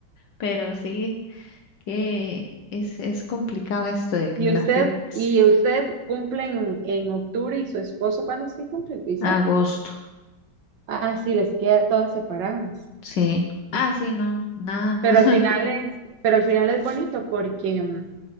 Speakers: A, on the left; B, on the right.
A: Pero sí, que es, es complicado esto de
B: ¿Y
A: las
B: usted,
A: fiestas.
B: y usted cumple en, en octubre y su esposo cuándo es que cumple, Isaac?
A: Agosto,
B: Ah, sí, les queda todas separadas.
A: sí. Ah, sí, no, nada, nada.
B: Pero al final es, pero al final es bonito porque mm,